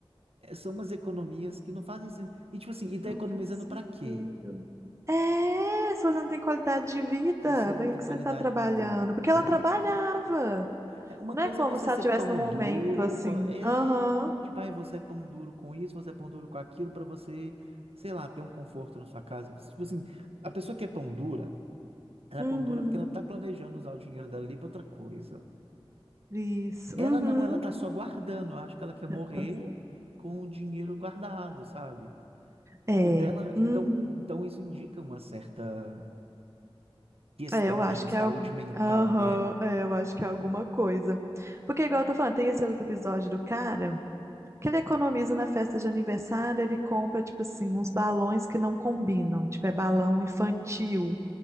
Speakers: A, on the right (about 75°); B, on the right (about 30°).
A: é, são umas economias que não fazem sentido. E tipo assim, e tá
B: Não
A: economizando
B: faz
A: pra quê?
B: sentido. É, se você não tem qualidade de vida,
A: Se você não
B: para
A: tem
B: que que
A: qualidade
B: você está trabalhando?
A: de vida,
B: Porque
A: né?
B: ela trabalhava.
A: É, uma
B: Não
A: coisa
B: é como
A: é você
B: se
A: ser
B: ela estivesse
A: pão
B: num momento
A: duro,
B: assim.
A: co- é,
B: Aham.
A: tipo, aí você é pão duro com isso, você é pão duro com aquilo, pra você, sei lá, ter um conforto na sua casa. Tipo assim, a pessoa que é pão dura, ela
B: Uhum.
A: é pão dura porque ela tá planejando usar o dinheiro dela ali pra outra coisa.
B: Isso.
A: Ela
B: Uhum.
A: não, ela tá só guardando. Eu acho que ela quer morrer
B: Já tá-
A: com o dinheiro guardado, sabe?
B: É.
A: O dela,
B: Uhum.
A: então, então isso indica uma certa questão
B: É, eu acho
A: de
B: que
A: saúde
B: é, al-
A: mental,
B: Aham,
A: né?
B: é, eu acho que é alguma coisa. Porque, igual eu tô falando, tem esse outro episódio do cara que ele economiza na festa de aniversário, ele compra, tipo assim, uns balões que não combinam. Tipo, é balão infantil,